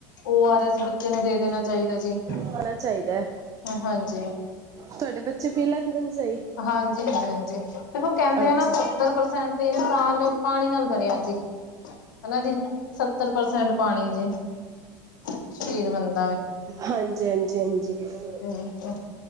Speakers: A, on the left; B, on the right.
A: ਓ ਆਰ ਐਸ ਬੱਚੇ ਨੂੰ ਦੇ ਦੇਣਾ ਚਾਹੀਦਾ ਜੀ।
B: ਆਣਾ ਚਾਹੀਦਾ
A: ਹਾਂਜੀ
B: ਤੁਹਾਡੇ ਬੱਚੇ ਪੀ ਲੈਂਦੇ ਨੇ ਸਹੀ।
A: ਹਾਂਜੀ! ਹਾਂਜੀ! ਹਾਂਜੀ! ਦੇਖੋ ਕਹਿੰਦੇ
B: ਅੱਛਾ
A: ਆ ਨਾ ਸੱਤਰ ਪਰਸੈਂਟ। ਤੇ ਇਨਸਾਨ ਪਾਣੀ ਨਾਲ ਬਣਿਆ ਜੀ। ਹਨਾ ਜੀ ਸੱਤਰ ਪਰਸੈਂਟ ਪਾਣੀ ਜੀ ਸਰੀਰ ਬਣਦਾ ਹੈ।
B: ਹਾਂਜੀ ਹਾਂਜੀ ਹਾਂਜੀ ਹਾਂਜੀ
A: ਬਿਲਕੁਲ!